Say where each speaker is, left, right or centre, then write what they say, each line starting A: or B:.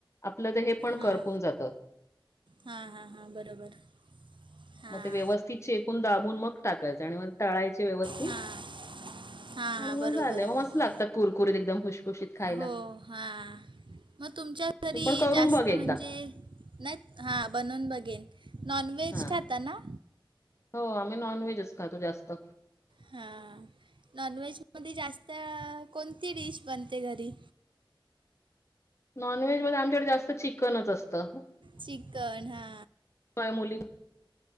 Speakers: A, on the left; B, on the right.
A: आपलं तर हे पण
B: हां
A: करपून जात.
B: हां हां हां बरोबर. हां
A: मग ते व्यवस्थित चेकून दाबून मग टाकायच आणि मग तळायचे व्यवस्थित
B: हां हां
A: आणि
B: हां
A: मग
B: बरोबर
A: झाल
B: बरोबर
A: मस्त लागतात कुरकुरीत एकदम खुशखुशीत. खायला
B: हो हा मग तुमच्या घरी
A: तू पण करून
B: जास्त
A: बघ एकदा
B: म्हणजे नाहीत हां बनवून बघेन नॉन व्हेज
A: हा
B: खाता ना?
A: हो आम्ही नॉनव्हेजच खातो जास्त.
B: हां नॉनव्हेजमध्ये जास्त कोणती डिश बनते घरी?
A: नॉनव्हेज मध्ये आमच्याकडे जास्त चिकनच असतं.
B: चिकन हा
A: वाय मुली